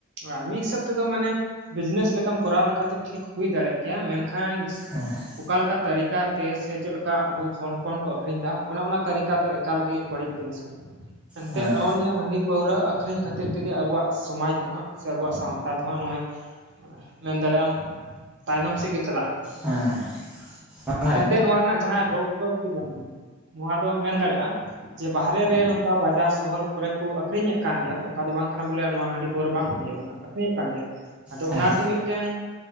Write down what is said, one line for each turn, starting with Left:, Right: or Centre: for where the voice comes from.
Right: ᱟᱨ ᱢᱤᱫ ᱦᱤᱥᱟᱹᱵ ᱛᱮᱫᱚ ᱢᱟᱱᱮ ᱵᱤᱡᱽᱱᱮᱥ ᱞᱮᱠᱟᱢ ᱠᱚᱨᱟᱣ ᱞᱮᱠᱷᱟᱡ ᱫᱚ ᱴᱷᱤᱠ ᱦᱩᱭ ᱫᱟᱲᱮᱭᱟᱜ ᱠᱮᱭᱟ ᱢᱮᱱᱠᱷᱟᱱ
Centre: ᱦᱮ
Right: ᱚᱠᱟᱞᱮᱠᱟ ᱛᱟᱹᱨᱤᱠᱟᱛᱮ ᱥᱮ ᱪᱮᱫᱮᱠᱟ ᱟᱵᱚ ᱚᱠᱟ ᱞᱮᱠᱟ ᱛᱟᱨᱤᱠᱟ ᱛᱮ ᱥᱮ ᱪᱮᱫ ᱞᱮᱠᱟ ᱟᱵᱚ ᱦᱚᱲ ᱦᱚᱯᱚᱱ ᱠᱚ ᱟᱹᱷᱨᱤᱧ ᱮᱫᱟ ᱚᱱᱮ ᱚᱱᱟ ᱛᱟᱹᱨᱤᱠᱟ ᱫᱚ ᱮᱠᱟᱞᱜᱮ ᱵᱟᱹᱲᱤᱡ ᱡᱤᱱᱤᱥ ᱠᱟᱱᱟ ᱮᱱᱛᱮᱜ
Centre: ᱦᱮᱸ
Right: ᱱᱚᱜᱼᱚᱭ ᱱᱤᱭᱟᱹ ᱦᱟᱺᱰᱤ ᱯᱟᱹᱣᱨᱟᱹ ᱟᱠᱷᱨᱤᱧ ᱠᱷᱟᱹᱛᱤᱨ ᱛᱮᱜᱮ ᱟᱵᱚᱣᱟᱜ ᱥᱚᱢᱟᱡᱽ ᱫᱚ ᱦᱟᱸᱜ ᱥᱮ ᱟᱵᱚᱣᱟᱜ ᱥᱟᱶᱛᱟ ᱫᱚ ᱦᱟᱸᱜ ᱱᱚᱜᱼᱚᱭ ᱢᱮᱱ ᱫᱟᱲᱮᱭᱟᱜ ᱟᱢ ᱛᱟᱭᱱᱚᱢ ᱥᱮᱫ ᱜᱮ ᱪᱟᱞᱟᱜ ᱠᱟᱱᱟ
Centre: ᱦᱮᱸ ᱦᱮᱸ
Right: ᱮᱱᱛᱮᱫ ᱱᱚᱣᱟ ᱨᱮᱱᱟᱜ ᱡᱟᱦᱟᱸ ᱨᱳᱜᱽ ᱴᱚᱜ ᱜᱮ ᱵᱟᱹᱱᱩᱜᱼᱟ ᱱᱚᱣᱟ ᱫᱚ ᱢᱮᱱ ᱫᱟᱲᱮᱭᱟᱜᱼᱟ ᱡᱮ ᱵᱟᱦᱨᱮ ᱵᱮ ᱨᱮ ᱱᱚᱝᱠᱟ ᱵᱟᱡᱟᱨ ᱥᱚᱦᱚᱨ ᱠᱚᱨᱮ ᱠᱚ ᱟᱹᱷᱨᱤᱧ ᱮᱫ ᱠᱟᱱ ᱜᱮᱭᱟ ᱚᱱᱠᱟ ᱫᱚ ᱵᱟᱝ ᱠᱟᱱᱟ ᱵᱚᱞᱮ ᱱᱚᱣᱟ ᱦᱟᱺᱰᱤ ᱟᱹᱰᱤ ᱯᱟᱣᱨᱟ ᱵᱟᱝ ᱟᱠᱷᱨᱤᱧᱚᱜ ᱟᱠᱠᱷᱨᱤᱧᱚᱜ ᱠᱟᱱ ᱜᱮᱭᱟ ᱟᱫᱚ
Centre: ᱦᱮᱸ
Right: ᱚᱱᱟ ᱨᱮᱫᱚ ᱢᱤᱫᱴᱟᱱ